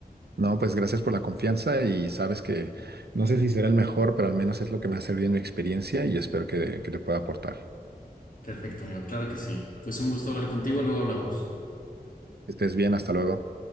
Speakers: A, on the right; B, on the left.
A: No, pues gracias por la confianza y sabes que no sé si será el mejor, pero al menos es lo que me ha servido en mi experiencia y espero que, que te pueda aportar.
B: Perfecto, amigo. Claro que sí. Pues un gusto hablar contigo, luego hablamos.
A: Que Estés bien, hasta luego.